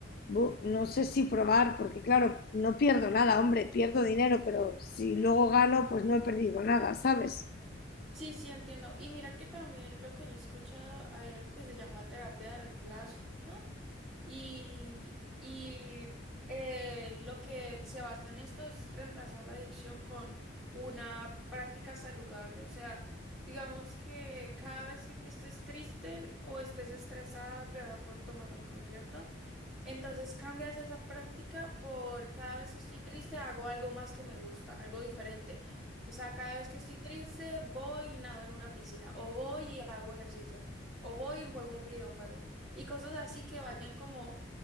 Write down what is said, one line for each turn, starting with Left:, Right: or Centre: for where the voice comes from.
Left: bu- no sé si probar, porque claro, no pierdo nada, hombre, pierdo dinero, pero si luego gano, pues no he perdido nada, ¿sabes?
Centre: Sí, sí, entiendo. Y mira que también lo que yo he escuchado, hay algo que se llama terapia de reemplazo. Y, y eh, lo que se basa en esto es reemplazar la adicción con una práctica saludable. O sea, digamos que cada vez que tú estés triste o estés estresada, te da por tomar alcohol, ¿cierto? Entonces cambias esa práctica por cada vez que estoy triste hago algo más que me gusta, algo diferente. O sea, cada vez que estoy triste voy y nado en una piscina, o voy y hago ejercicio, o voy y juego un videojuego, y cosas así que vayan como